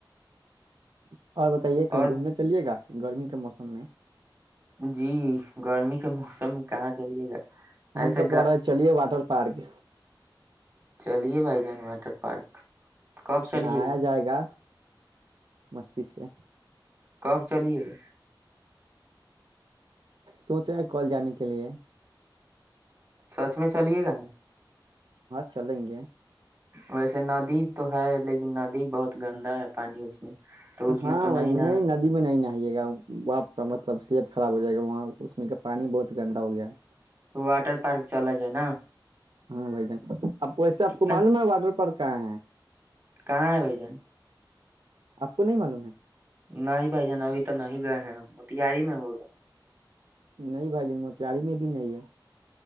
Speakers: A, on the right; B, on the right.
A: <unintelligible> اور بتائیے ک
B: اور
A: چلیے گا گرمی کے موسم میں
B: جی گرمی کا موسم کہاں سے ایسے
A: ہم تو کہہ رہے چلیے واٹر پارک
B: چلیے بھائی جان <unintelligible> کب چلیے
A: نہایا جائے گا مستی سے
B: کب چلیے گا
A: سوچ رہے ہیں کل جانے کے لیے
B: سچ میں چلیے گا
A: چلیں گے
B: ویسے نابین تو ہے لیکن نابین بہت گندا ہے پانی تو اس
A: ہاں
B: میں تو
A: بھائی
B: نہیں نہ
A: ندی میں نہیں نہائیے گا آپ کا مطلب صحت خراب ہو جائے گا وہاں اس میں کہ پانی بہت گندا ہو گیا ہے
B: واٹر پارک چلا جائے نا
A: ہاں بھائی جان اپ کو ایسے اپ
B: کتنا
A: کو معلوم ہے کہاں ہے
B: کہاں ہے بھائی جان
A: اپ کو نہیں معلوم ہے
B: نہیں بھائی جان ابھی تو نہیں گئے ہیں تیاری میں ہوگا
A: نہیں بھائی تیاری میں بھی نہیں ہے